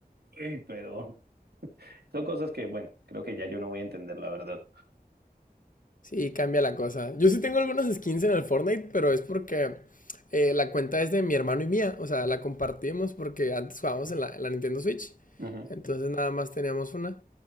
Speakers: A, on the right; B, on the left.
A: "Ey, pero <laughs> son cosas que, bueno, creo que ya yo no voy a entender la verdad.
B: Sí, cambia la cosa. Yo sí tengo algunas skins en el Fortnite, pero es porque eh, la cuenta es de mi hermano y mía. O sea, la compartimos porque antes jugábamos en la, en la Nintendo Switch.
A: Ujú.
B: Entonces nada más teníamos una.